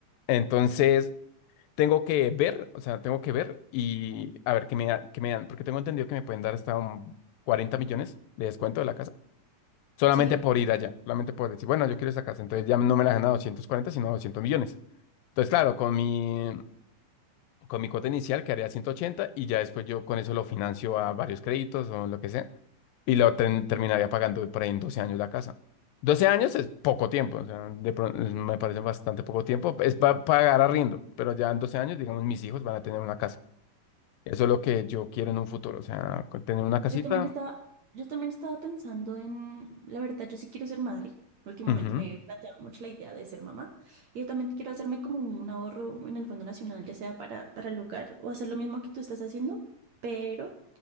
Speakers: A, on the left (about 80°); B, on the right (about 60°).
A: Entonces tengo que ver, o sea, tengo que ver y a ver qué me, da- qué me dan, porque tengo entendido que me pueden dar hasta un 40 millones de descuento de la casa, solamente
B: sí.
A: por ir allá, solamente por decir, bueno, yo quiero esa casa, entonces ya no me la dan a 240, sino a 200 millones. Entonces, claro, con mi, con mi cuota inicial quedaría 180 y ya después yo con eso lo financio a varios créditos o lo que sea. Y lo ten- terminaría pagando por ahí en 12 años la casa. doce años es poco tiempo, o sea, de pro- es- me parece bastante poco tiempo. Es para pagar arriendo, pero ya en 12 años, digamos, mis hijos van a tener una casa. Eso es lo que yo quiero en un futuro, o sea, con tener una casita.
B: Pues Yo también estaba, yo también estaba pensando en, la verdad, yo sí quiero ser madre. Últimamente
A: ujú,
B: me he planteado mucho la idea de ser mamá. Y yo también quiero hacerme como un ahorro en el Fondo Nacional, ya sea para, para el hogar o hacer lo mismo que tú estás haciendo, pero